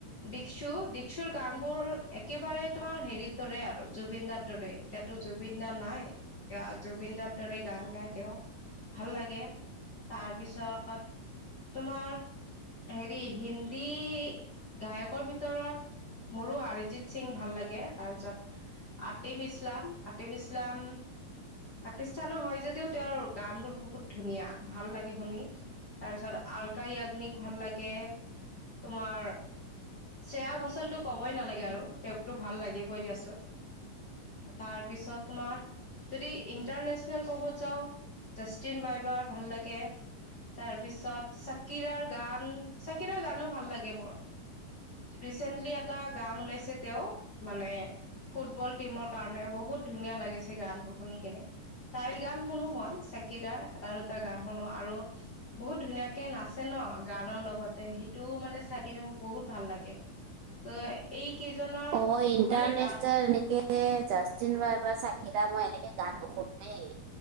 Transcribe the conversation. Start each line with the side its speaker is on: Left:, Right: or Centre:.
Left: দীক্ষু দীক্ষুৰ গান বোৰ একেবাৰে তোমাৰ হেৰিৰ দৰে আৰু, জুবিন দাৰ দৰে। এতিয়াতো জুবিন দা নাই এতিয়া জুবিন দাৰ দৰে গান গাই তেওঁ, ভাল লাগে তাৰ পিছত তোমাৰ হেৰি হিন্দী গায়কৰ ভিতৰত মোৰো অৰিজিত সিং ভাল লাগে তাৰপিছত আটিফ ইছলাম, আটিফ ইছলাম পাকিস্তানৰ হয় যদিও তেওঁৰ গানবোৰ বহুত ধুনীয়া, ভাল লাগে শুনি। তাৰ পিছত আলকা য়াগ্নিক ভাল লাগে, তোমাৰ শ্ৰেয়া ঘচালটো ক'বই নালাগে আৰু তেওঁকতো ভাল লাগিবই দিয়াচোন। তাৰপিছত তোমাৰ যদি ইণ্টাৰনেচনেল ক'ব যাওঁ, জাষ্টিন বাইবাৰ ভাল লাগে। তাৰপিছত চাকিৰাৰ গান, চাকিৰাৰ গানো ভাল লাগে মোৰ। ৰিচেণ্টলি এটা গান ওলাইছে তেওঁ মানে ফুটবল টিমৰ কাৰণে বহুত ধুনীয়া লাগিছে গানটো শুনি। কেনে তাইৰ গান শুনো মই চাকিটাৰ এটা - দুটা গান শুনো আৰু বহুত ধুনীয়াকে নাচে ন গানৰ লগতে সেইটোও মানে চাই কিনে মোক বহুত ভাল লাগে। ত এই কেইজনৰ
Right: অ ইণ্টাৰনেচনেল
Left: মানে গান
Right: এনেকে এ জাষ্টিন বাইবাৰ, চাকিৰা মই এনেকে গান শুনোৱেই।